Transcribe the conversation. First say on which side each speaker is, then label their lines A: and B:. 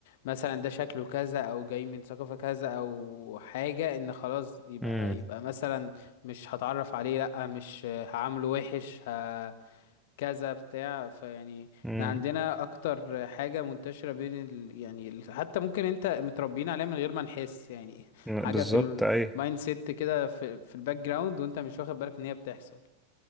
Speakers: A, on the left; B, in the centre.
A: مثلا ده شكله كذا او جاي من ثقافة كذا او حاجة ان خلاص يبقى
B: مم.
A: يبقى مثلا مش هتعرف عليه لا مش هعامله وحش ه... كذا بتاع فيعني
B: مم.
A: احنا عندنا اكتر حاجة منتشرة بين ال... يعني ال... حتى ممكن انت متربيين عليها من غير ما نحس يعني
B: بالظبط
A: حاجة في
B: أي
A: المايند سيت كده في, في الباك جراوند وانت مش واخد بالك ان هي بتحصل